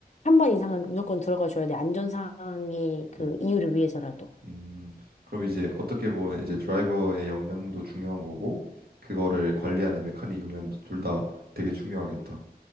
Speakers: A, on the left (about 45°); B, on the right (about 75°).
A: 한 번 이상은 무조건 들어가줘야 돼. 안전상의 그
B: 음,
A: 이유를 위해서라도.
B: 음. 그럼 이제 어떻게 보면 이제 드라이버의 역량도 중요한 거고 그거를 관리하는 메카닉 역량도 둘 다 되게 중요하겠다.